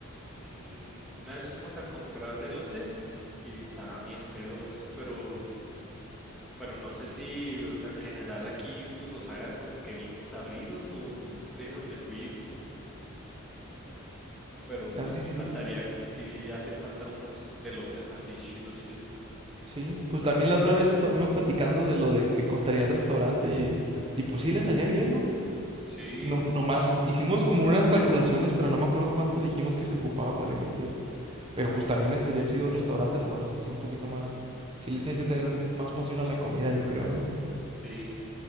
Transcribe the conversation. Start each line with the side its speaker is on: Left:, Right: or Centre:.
Centre: mm, una vez fuimos a comprar elotes y estaban bien feos, pero, pero no sé si, o sea, en general aquí pues los hagan como que bien desabridos o nomás ahí donde fuimos. Pero pues
Right: Chance y
Centre: sí
Right: sí,
Centre: faltarían, sí hacen falta unos elotes así chidos, chidos.
Right: sí. Pues también la otra vez estuvimos platicando de lo de que costaría el restaurante y, y pues sí, le salía bien, ¿no?
Centre: Sí,
Right: No, nomás hicimos como unas calculaciones, pero no me acuerdo cuánto dijimos que se ocupaba para invertir. Pero pues también estaría chido un restaurante, nomás que sea un poquito más. Si le tienes que tener más pasión a la comida, yo creo, ¿no?
Centre: sí.